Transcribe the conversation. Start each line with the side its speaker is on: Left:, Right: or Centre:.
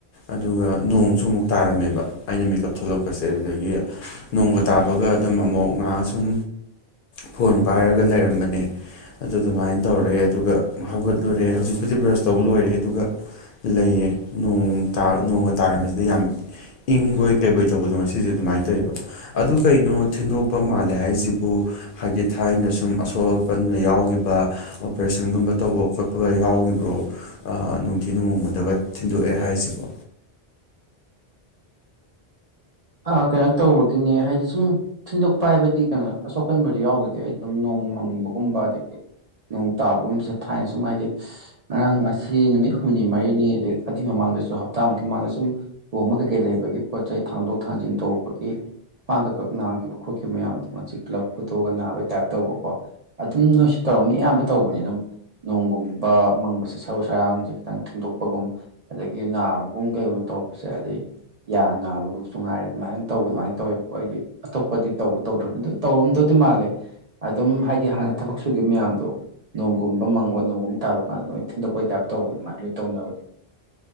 Left: ꯑꯗꯨꯒ ꯅꯣꯡꯁꯨ ꯑꯃꯨꯛ ꯇꯥꯔꯝꯃꯦꯕ ꯑꯩꯅ ꯃꯦꯀꯞ ꯊꯣꯛꯂꯛꯄꯁꯦ ꯑꯗꯨꯗꯒꯤ ꯅꯣꯡꯒ ꯇꯥꯕꯒ ꯑꯗꯨꯝ ꯑꯃꯨꯛ ꯉꯥꯏꯍꯥꯛ ꯁꯨꯝ ꯐꯣꯟ ꯄꯥꯏꯔꯒ ꯂꯩꯔꯝꯕꯅꯦ ꯑꯗꯨ ꯑꯗꯨꯃꯥꯏꯅ ꯇꯧꯔꯦ ꯑꯗꯨꯒ ꯍꯧꯒꯠꯂꯨꯔꯦ ꯍꯧꯖꯤꯛꯄꯨꯗꯤ ꯕ꯭ꯔꯁ ꯇꯧꯕ ꯂꯣꯏꯔꯦ ꯑꯗꯨꯒ ꯂꯩꯌꯦ ꯅ ꯅꯣꯡꯒ ꯇꯥꯔꯝꯕꯁꯤꯗ ꯌꯥꯝ ꯏꯪꯕꯣꯏ ꯀꯩꯕꯣꯏ ꯇꯧꯕꯗ ꯁꯤꯁꯦ ꯑꯗꯨꯃꯥꯏꯅ ꯇꯧꯋꯦꯕ ꯑꯗꯨ ꯀꯩꯅꯣ ꯊꯤꯟꯗꯣꯛꯄ ꯃꯥꯜꯂꯦ ꯍꯥꯏꯁꯤꯕꯨ ꯍꯥꯏꯗꯤ ꯊꯥꯏꯅ ꯁꯨꯝ ꯑꯁꯣꯛ ꯑꯄꯟꯒ ꯌꯥꯎꯈꯤꯕ ꯑꯣꯄꯔꯦꯁꯟꯒꯨꯝꯕ ꯇꯧꯕ ꯈꯣꯠꯄꯒ ꯌꯥꯎꯈꯤꯕ꯭ꯔꯣ ꯅꯣꯡꯊꯤ ꯅꯣꯡꯃꯗꯒ ꯊꯤꯟꯗꯣꯛꯑꯦ ꯍꯥꯏꯁꯤꯕꯣ
Right: ꯑ ꯀꯩꯅꯣ ꯇꯧꯕꯒꯤꯅꯦ ꯍꯥꯏꯗꯤ ꯁꯨꯝ ꯊꯤꯟꯗꯣꯛꯄ ꯍꯥꯏꯕꯗꯤ ꯀꯩꯅꯣ ꯑꯁꯣꯛꯄꯟꯕꯗꯤ ꯌꯥꯎꯒꯗꯤ ꯑꯩ ꯑꯗꯨꯝ ꯅꯣꯡ ꯃꯪꯕꯒꯨꯝꯕ ꯑꯗꯒꯤ ꯇꯥꯕꯒꯨꯝꯕꯁꯦ ꯊꯥꯏꯅ ꯁꯨꯝ ꯍꯥꯏꯗꯤ ꯉꯔꯥꯡ ꯉꯁꯤ ꯅꯨꯃꯤꯠ ꯍꯨꯝꯅꯤ ꯃꯔꯤꯅꯤ ꯑꯗꯩ ꯑꯗꯨꯏ ꯃꯃꯥꯡꯗꯁꯨ ꯍꯥꯞ ꯍꯞꯇꯥꯃꯨꯛꯀꯤ ꯃꯥꯡꯗ ꯁꯨꯝ ꯂꯍꯣꯡꯕ ꯀꯩ ꯀꯩ ꯂꯩꯕꯒꯤ ꯄꯣꯠ ꯆꯩ ꯊꯥꯡꯗꯣꯛ ꯈꯥꯟꯖꯤꯟ ꯇꯧꯕꯒꯤ ꯈꯋꯥꯡꯒ ꯀꯛ ꯅꯥꯈꯤꯕ ꯈꯣꯠꯈꯤꯕ ꯃꯌꯥꯝꯗꯣ ꯉꯁꯤ ꯄꯨꯂꯞ ꯐꯨꯗꯣꯛꯑꯒ ꯅꯥꯕꯒꯤ ꯇꯥꯏꯞ ꯇꯧꯕꯀꯣ ꯑꯗꯨꯝ ꯅꯣꯏꯁꯤ ꯇꯧꯔ ꯃꯤ ꯑꯌꯥꯝꯕ ꯇꯧꯕꯅꯤ ꯑꯗꯨꯝ ꯅꯣꯡꯒꯨꯝꯕ ꯃꯪꯕꯁꯦ ꯁꯔꯨ ꯁꯔꯥꯡꯁꯦ ꯈꯤꯇꯪ ꯊꯦꯡꯗꯣꯛꯄꯒꯨꯝ ꯑꯗꯒꯤ ꯅꯥꯕꯒꯨꯝ ꯀꯩ ꯇꯧꯕꯁꯦ ꯑꯗꯩꯩ ꯌꯥ ꯅꯥꯕꯒꯨꯝꯕ ꯁꯨ ꯉꯥꯏꯔꯦ ꯑꯗꯨꯃꯥꯏꯅ ꯇꯧꯕ ꯑꯗꯨꯃꯥꯏꯅ ꯇꯧꯋꯦꯕꯀꯣ ꯑꯩꯗꯤ ꯑꯇꯣꯞꯄꯗꯤ ꯇꯧꯕ ꯇꯧꯗ꯭ꯔꯣꯅꯤ ꯑꯗꯨ ꯇꯧꯔꯝꯗꯧꯗꯤ ꯃꯥꯜꯂꯦ ꯑꯗꯨꯝ ꯍꯥꯏꯗꯤ ꯍꯥꯟꯅ ꯊꯕꯛ ꯁꯨꯈꯤꯕ ꯃꯌꯥꯝꯗꯣ ꯅꯣꯡꯒꯨꯝꯕ ꯃꯪꯉꯣ ꯅꯣꯡꯒꯨꯝꯕ ꯇꯥꯜꯂꯣ ꯀꯥꯟꯗ ꯂꯣꯏ ꯊꯤꯟꯗꯣꯛꯄꯩ ꯇꯥꯏꯞ ꯇꯧꯕ ꯑꯗꯨꯃꯥꯏꯅ ꯂꯣꯏ ꯇꯧꯅꯕꯅꯦ